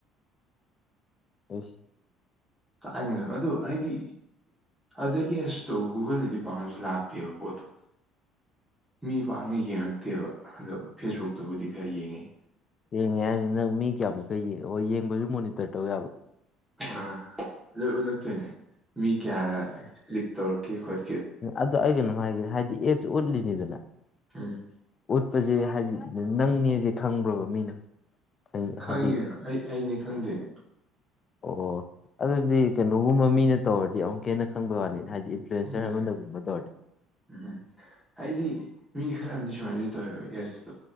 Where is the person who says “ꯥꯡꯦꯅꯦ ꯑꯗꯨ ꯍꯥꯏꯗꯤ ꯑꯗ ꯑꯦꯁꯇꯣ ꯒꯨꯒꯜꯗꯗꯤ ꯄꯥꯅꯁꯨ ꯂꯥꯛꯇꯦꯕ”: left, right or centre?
Centre